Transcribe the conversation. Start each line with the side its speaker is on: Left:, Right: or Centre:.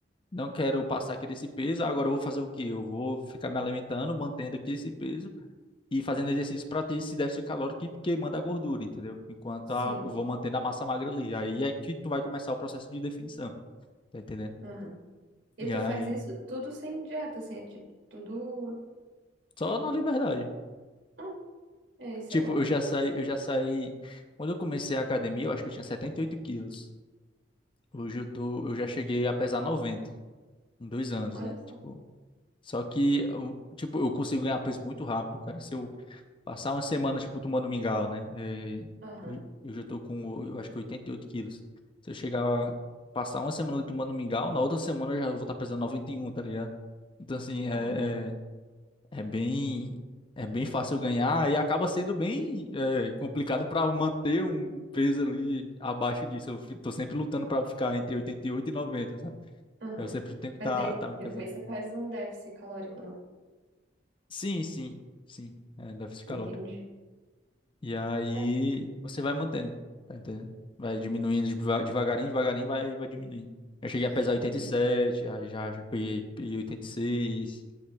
Left: Não quero passar aqui desse peso, agora eu vou fazer o quê? Eu vou ficar me alimentando, mantendo aqui esse peso e fazendo exercício para ter esse déficit calórico que queimando a gordura, entendeu? Enquanto
Right: sim,
Left: a- eu vou mantendo a massa magra ali. Aí é que tu vai começar o processo de definição, tá entendendo?
Right: aham. E
Left: E
Right: tu
Left: aí,
Right: faz isso tudo sem dieta, assim, é tipo, tudo...
Left: só na liberdade.
Right: Hum, é, isso
Left: Tipo,
Right: é bom,
Left: eu já saí, eu já saí. Quando eu comecei a academia, eu acho que eu tinha 78 quilos. Hoje eu tô, eu já cheguei a pesar 90 em dois anos,
Right: olha
Left: né?
Right: só.
Left: Tipo, só que, eu- tipo, eu consigo ganhar peso muito rápido, cara. Se eu Passar uma semana, tipo, tomando mingau, né? É,
Right: Aham,
Left: eu, eu já tô com, eu acho que 88 quilos. Se eu chegar, a passar uma semana ali tomando mingau, na outra semana eu já vou estar pesando noventa e um tá ligado? Então, assim, é,
Right: ah,
Left: é, é bem, é bem fácil ganhar e acaba sendo bem é, complicado para manter um peso ali abaixo disso. Eu fi- tô sempre lutando para ficar entre oitenta e oito e noventa sabe?
Right: aham.
Left: Eu sempre tenho que
Right: Mas
Left: estar
Right: daí,
Left: tá, tá me
Right: depois
Left: pesando.
Right: você faz um déficit calórico, não?
Left: Sim, sim, sim. É, déficit calórico.
Right: Entendi.
Left: E aí
Right: É,
Left: você vai mantendo, tá entendendo? Vai diminuindo deva- devagarinho, devagarinho, vai, vai diminuindo. Eu cheguei a
Right: sim.
Left: pesar oitenta e sete aí já, já peguei, peguei 86